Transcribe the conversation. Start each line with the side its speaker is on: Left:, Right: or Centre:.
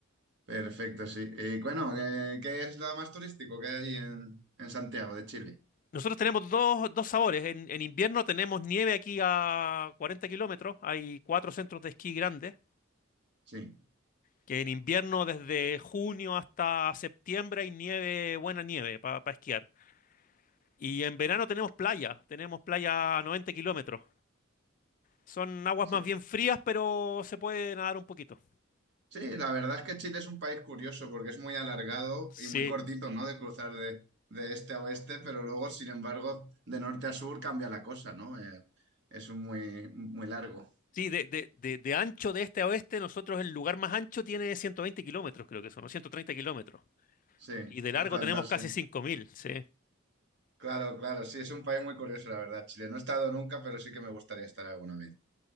Right: Perfecto, sí. Y bueno, ¿qué, qué es lo más turístico que hay allí en, en Santiago de Chile?
Left: Nosotros tenemos dos, dos sabores. En, en invierno tenemos nieve aquí a 40 kilómetros. Hay cuatro centros de esquí grandes,
Right: Sí,
Left: que en invierno desde junio hasta septiembre hay nieve, buena nieve para esquiar. Y en verano tenemos playa, tenemos playa a 90 kilómetros. Son aguas
Right: sí.
Left: más bien frías, pero se puede nadar un poquito.
Right: Sí, la verdad es que Chile es un país curioso porque es muy alargado
Left: Sí,
Right: y muy cortito, ¿no? De cruzar de, de este a oeste, pero luego, sin embargo, de norte a sur cambia la cosa, ¿no? Eh, es un muy, muy largo,
Left: Sí, de, de, de, de ancho de este a oeste, nosotros el lugar más ancho tiene 120 kilómetros, creo que son, o 130 kilómetros.
Right: sí,
Left: Y de largo
Right: es plantarse.
Left: tenemos casi 5.000. sí.
Right: Claro, claro, sí, es un país muy curioso, la verdad, Chile. No he estado nunca, pero sí que me gustaría estar alguna vez.